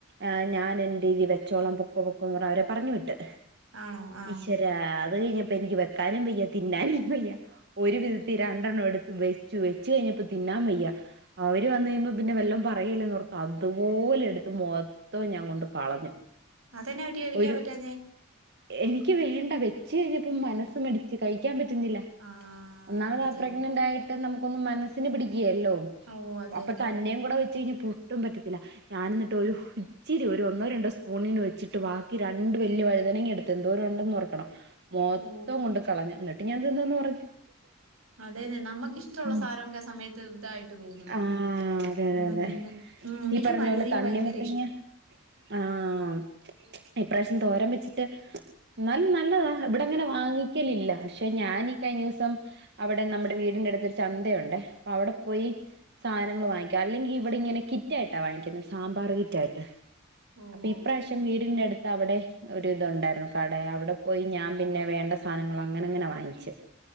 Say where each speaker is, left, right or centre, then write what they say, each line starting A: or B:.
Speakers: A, on the right; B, on the right.
A: ആഹ് ഞാൻ എന്റെ രീതി വെച്ചോളം പൊക്ക പൊക്ക എന്ന് പറഞ്ഞ് അവരെ പറഞ്ഞു വിട്ട്
B: ആണോ ആഹ്
A: ഈശ്വരാ അത് കഴിഞ്ഞപ്പ എനിക്ക് വെക്കാനും പയ്യ തിന്നാനും വയ്യ ഒരു വിധത്തി രണ്ടെണ്ണം എടുത്ത് വെച്ചു വെച്ച് കഴിഞ്ഞപ്പോ തിന്നാൻ വയ്യ അവര് വന്ന് കഴിയുമ്പോം പിന്നെ വെല്ലം പറയല്ലെന്ന്ഓർത്ത് അതുപോലെ എടുത്ത് മോ തോം ഞാൻ കൊണ്ട് കളഞ്ഞു
B: അതെന്നാ വറ്റി കഴിക്കാൻ
A: ഒരു
B: പറ്റാഞെ
A: എനിക്ക് വേണ്ട വെച്ചഴിഞ്ഞപ്പം മനസ്സ മടിച്ച് കഴിക്കാൻ പറ്റുന്നില്ല
B: ആഹ്
A: ഒന്നാമത
B: അതെ
A: ആ പ്രഗ്നന്റ് ആയിട്ട് നമുക്കൊന്ന് മനസ്സിന് പിടികില്ലോ
B: ഓ അതെ
A: അപ്പൊ
B: അതെ
A: തന്നെയും
B: അതെ
A: കൂടെ വെച്ച്ഴിഞ്ഞ പൊട്ടും പറ്റത്തില്ല ഞാൻ എന്നിട്ട് ഒരു ഇച്ചിരി ഒരു ഒന്നോ രണ്ടോ സ്പൂണിന് വെച്ചിട്ട് ബാക്കി രണ്ട് വലിയ വഴുതനങ്ങി എടു തെന്തോരം ഉണ്ടന്ന് റക്കണം മൊത്തം
B: ഓ
A: കൊണ്ട് കളഞ്ഞു എന്നിട്ട് ഞാൻ തിന്നന്ന് പറഞ്ഞു
B: അതെതെ നമ്മുക്ക് ഇഷ്ടമുള്ള
A: ഉം
B: സാധനമൊക്കെ ആ സമയത്ത് ഇതായിട്ട് തോന്നുവേ
A: ആഹ് അതെ അതെ
B: അതങ്ങെ
A: അതെ
B: ഉം എനിക്ക്
A: ഈ പറഞ്ഞ
B: പഴുതനെങ്ങ
A: പോലെ തണ്ണിമത്തങ്ങ
B: ഭയങ്കര ഇഷ്ട
A: ആഹ് ഇപ്രാവശ്യം തോരം വെച്ചിട്ട് ന്നാലും നല്ലതാ ഇവിടെങ്ങനെ വാങ്ങിക്കലില്ല പക്ഷെ ഞാനീ കഴിഞ്ഞവസം അവിടെ നമ്മുടെ വീടിന്റെ അടുത്ത് ചന്തയുണ്ട് അപ്പൊ അവിടെ പോയി സാധനങ്ങൾ വാങ്ങിക്ക അല്ലെങ്കിൽ ഇവിടെങ്ങനെ കിറ്റായിട്ടാ വാങ്ങിക്കുന്നത് സാമ്പാർ കിറ്റായിട്ട്
B: ഓ
A: അപ്പൊ
B: ഓ
A: ഇപ്രാവശ്യം വീടിന്റെ അടുത്ത് അവിടെ ഒരു ഇതുണ്ടായിരുന്നു കട അവിടെ പോയി ഞാൻ പിന്നെ വേണ്ട സാനങ്ങൾ അങ്ങനെ അങ്ങനെ വാങ്ങിച്